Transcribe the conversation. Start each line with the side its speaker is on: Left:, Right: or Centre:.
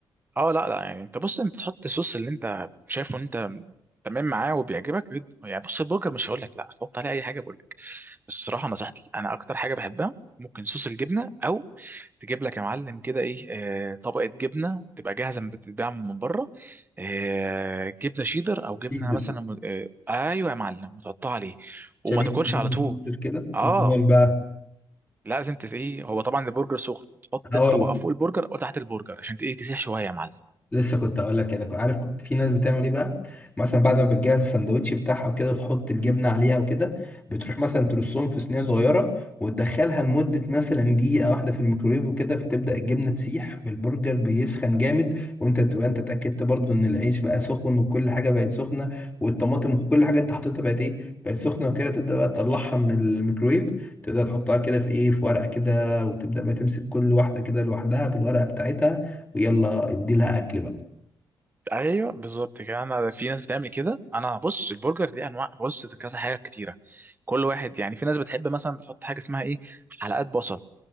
Right: اه لا لا يعني انت بص انت تحط الصوص اللي انت شايفه ان انت تمام معاه وبيعجبك جد يعني بص البرجر مش هقول لك لا هتحط عليه اي حاجه بقول لك بس الصراحه نصيحتي انا اكتر حاجه بحبها ممكن صوص الجبنه او تجيب لك يا معلم كده ايه آه طبقه جبنه تبقى جاهزه من بتتباع من بره آه جبنه شيدر او جبنه
Left: تيدر
Right: مثلا م- آه ايوه يا معلم وتحطها عليه
Left: شديد
Right: وما تاكلش
Left: جدا
Right: على طول
Left: تيدر كده
Right: اه
Left: امال بقى
Right: لازم تت- ايه هو طبعا البرجر سخن تحط
Left: هقول
Right: الطبقه
Left: لك
Right: فوق البرجر او تحت البرجر عشان ت- ايه تسيح شويه يا معلم
Left: لسه كنت اقول لك كده كنت عارف كنت في ناس بتعمل ايه بقى مثلا بعد ما بتجهز السندوتش بتاعها وكده تحط الجبنه عليها وكده بتروح مثلا ترصهم في صينيه صغيره وتدخلها لمده مثلا دقيقه واحده في الميكرويف وكده فتبدا الجبنه تسيح بالبرجر بيسخن جامد وانت تبقى انت اتاكدت برضو ان العيش بقى سخن وكل حاجه بقت سخنه والطماطم وكل حاجه انت حطيتها بقت ايه بقت سخنه وكده تبدا بقى تطلعها من الميكرويف تبدا تحطها كده في ايه في ورقه كده وتبدا بقى تمسك كل واحده كده لوحدها بالورقه بتاعتها ويلا ادي لها اكل بقى
Right: ايوه بالظبط كده انا في ناس بتعمل كده انا بص البرجر دي انواع بص كذا حاجه كتيره كل واحد يعني في ناس بتحب مثلا بتحط حاجه اسمها ايه حلقات بصل